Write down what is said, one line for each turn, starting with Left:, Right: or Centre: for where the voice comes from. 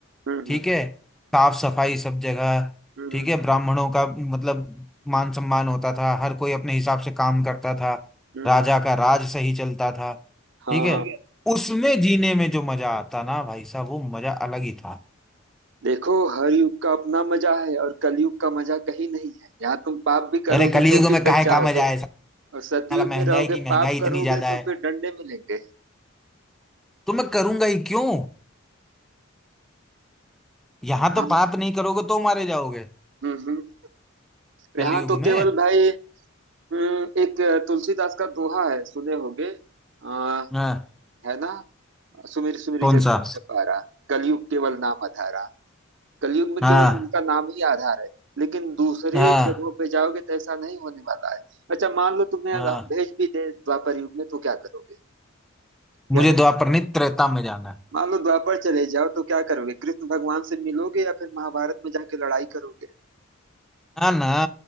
Right: हम्म,
Centre: ठीक है साफ सफाई सब जगह
Right: हम्म,
Centre: ठीक है ब्राह्मणों का मतलब मान सम्मान होता था हर कोई अपने हिसाब से काम करता था
Right: हम्म,
Centre: राजा का राज सही चलता था
Right: हाँ
Centre: ठीक है
Right: हाँ ठीक है
Centre: उसमें जीने में जो मजा आता ना भाई साहब वो मजा अलग ही था
Right: देखो हर युग का अपना मजा है और कलयुग का मजा कहीं नहीं है यहाँ तुम पाप भी करोगे
Centre: अरे कलयुग
Right: तो भी
Centre: में
Right: बच
Centre: काहे
Right: जाओगे
Centre: का मजा है
Right: और सतयुग
Centre: साला महंगाई
Right: में रहोगे
Centre: की
Right: पाप
Centre: महंगाई इतनी
Right: करोगे
Centre: ज्यादा
Right: तो
Centre: है
Right: फिर डंडे मिलेंगे
Centre: तो मैं करूंगा ही क्यों यहाँ
Right: हाँ
Centre: तो पाप नहीं करोगे तो मारे जाओगे
Right: हम्म हम्म
Centre: कलयुग
Right: यहाँ तो
Centre: में
Right: केवल भाई हम्म, एक तुलसीदास का दोहा है सुने होगे आ,
Centre: हाँ
Right: है ना सुमिर सुमिर
Centre: कौन
Right: जग
Centre: सा
Right: में पारा कलयुग केवल नाम अधारा कलयुग में
Centre: हाँ
Right: केवल उनका नाम ही आधार है लेकिन दूसरे
Centre: हाँ
Right: जगहों पे जाओगे तो ऐसा नहीं होने वाला है अच्छा मान लो तुम्हें
Centre: हाँ
Right: हम भेज भी दे द्वापर युग में तो क्या करोगे या
Centre: मुझे द्वापरनी त्रेता में जाना है
Right: मान लो द्वापर चले जाओ तो क्या करोगे कृष्ण भगवान से मिलोगे या फिर महाभारत में जाके लड़ाई करोगे
Centre: हाँ ना